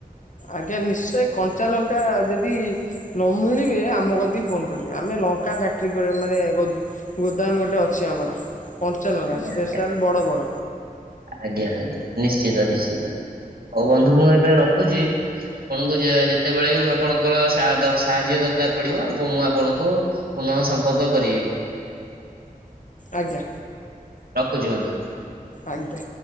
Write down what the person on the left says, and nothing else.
ଆଜ୍ଞା ନିଶ୍ଚୟ କଞ୍ଚାଲଙ୍କା ଦେବି। ନ ମିିଳିବେ ଆମ କରିଦକି ଫୋନ କର ଆମେ ଲଙ୍କା ଫ୍ୟାକ୍ଟ୍ରି କ ମାନେ ଗୋ ଗୋଦାମ ଗୋଟେ ଅଛି ଆ ମର କଞ୍ଚା ଲଙ୍କା
ସ୍ପେସାଲ
ବଡ ବଡ।
ଆଜ୍ଞା।
ଆଜ୍ଞ।